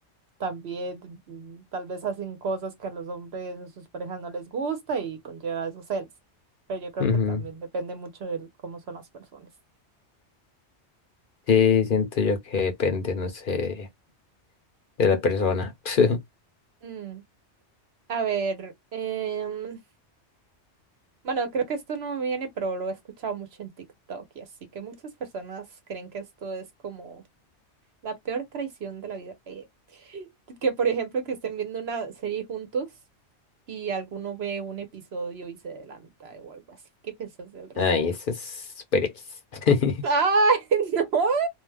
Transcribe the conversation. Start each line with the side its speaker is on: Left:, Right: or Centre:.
Right: También mm, tal vez hacen cosas que a los hombres o sus parejas no les gusta y conlleva esos celos. Pero yo creo
Left: ujú.
Right: que también depende mucho de cómo son las personas.
Left: Sí, siento yo que depende, no sé, de la persona. <laughs>
Right: Mm, a ver, em, bueno, creo que esto no me viene, pero lo he escuchado mucho en TikTok y así que muchas personas creen que esto es como la peor traición de la vida. Eh, que por ejemplo que estén viendo una serie juntos y alguno ve un episodio y se adelanta o algo así. ¿Qué piensas al respecto?
Left: Ay, eso es super X. <laughs>
Right: Ay, <laughs> no.